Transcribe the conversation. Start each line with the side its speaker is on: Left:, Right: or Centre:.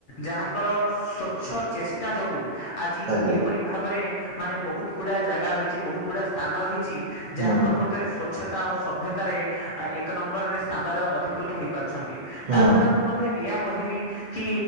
Left: ଯାହାଙ୍କର ସ ସ୍ଵଚ୍ଛ ଚେଷ୍ଟା ଯୋଗୁ ଆଜି
Right: ଆଜ୍ଞା
Left: ଏପରି ଭାବରେ ମାନେ ବହୁତ ଗୁଡା ଜାଗା ରହିଚି ବହୁତ ଗୁଡା ସ୍ଥାନ ରହିଛି
Right: ହୁଁ
Left: ଯାହା ପ୍ରକୃତରେ ସ୍ୱଚ୍ଛ ତା ଆଉ ସଭ୍ୟତାରେ ଆ ଏକ ନମ୍ବରରେ ସ୍ ସ୍ଥାନରେ ଅଧିକୃତ ହେଇପାରୁଛନ୍ତି
Right: ହୁଁ
Left: ତା ଛଡ଼ା ମୁଁ ମଧ୍ୟ ଏୟା କହିବି। କି